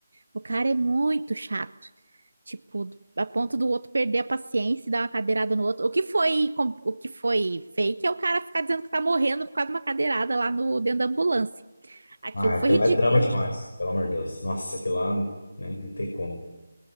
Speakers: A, on the right (about 75°); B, on the left (about 65°).
A: O cara é muito chato. Tipo, a ponto do outro perder a paciência e dar uma cadeirada no outro. O que foi, com- o que foi fake é o cara ficar dizendo que tá morrendo por causa de uma cadeirada lá no dentro da ambulância. Aquilo
B: Ah, aquilo
A: foi ridículo.
B: lá é drama demais, pelo amor de Deus. Nossa, aquilo lá, né, não tem como.